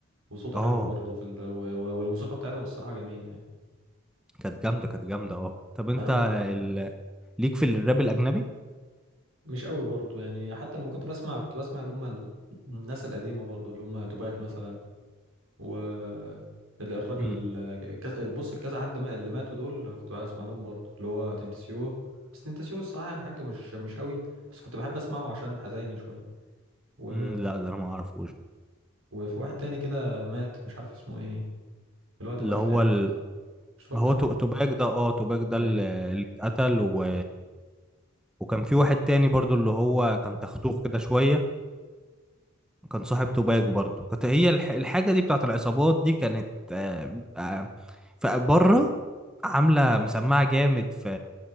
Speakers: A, on the right; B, in the centre.
A: وصوته
B: اه
A: حلو برضه في ال... و... و- والموسيقى بتاعتهم الصراحه جميله يعني
B: كانت جامده كانت جامده اه طب انت
A: انا ب-
B: ال... ليك في الراب الاجنبي
A: مش قوي برضه يعني حتى لما كنت بسمع كنت بسمع اللي هم ال- الناس القديمه برضه اللي هم توباك مثلا و ال- الراجل
B: امم
A: كذا بص كذا حد ما اللي ماتوا دول كنت بسمع لهم برضه اللي هو تنتسيو بس تنتسيو الصراحة يعني حاجته مش مش قوي بس كنت بحب اسمعه عشان حزيني شوية و...
B: امم لا ده انا ما اعرفوش ده.
A: وفي واحد تاني كده مات مش عارف اسمه ايه اللي هو توباك
B: اللي هو
A: تقريبا
B: ال...
A: صح مش توباك
B: ما هو
A: مات
B: تو- توباك ده اه توباك ده
A: ايوه
B: اللي اللي اتقتل و... وكان في واحد تاني برضو اللي هو كان تختوخ كده شويه كان صاحب توباجو برضو كانت هي الح- الحاجة دي بتاعت العصابات دي كانت آه، آه، فبره عاملة مسمعة جامد في